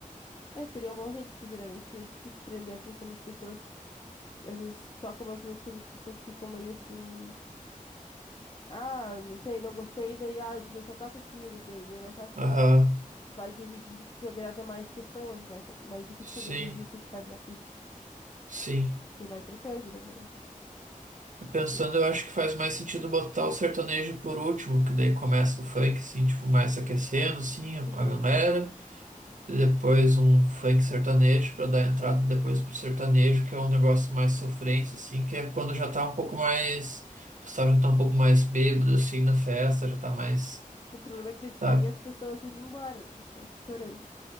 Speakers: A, on the left; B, on the right.
A: É, seria um bom jeito, porque geralmente é difícil prender a atenção das pessoas às vezes toca umas músicas e as pessoas ficam meio assim, ah, não sei, não gostei, daí, ah, o DJ só toca aquilo, daí é mais fácil quando
B: Aham,
A: vai dividindo que tu agrada mais pessoas, mais, mais difícil
B: sim,
A: que alguém desista de ficar ali na pista,
B: sim.
A: porque vai trocando, né, vai.
B: Pensando,
A: hum,
B: eu acho que faz mais sentido botar o sertanejo por último, porque daí começa o funk, assim, tipo, mais se aquecendo, assim, a a
A: Uhum.
B: galera. E depois um funk sertanejo pra dar entrada depois pro sertanejo, que é um negócio mais sofrente, assim, que é quando já tá um pouco mais. O pessoal já tá um pouco mais bêbado, assim, na festa, já tá mais.
A: O problema é que daí tu
B: Tá.
A: faria as pessoas irem embora da tua festa, chorando.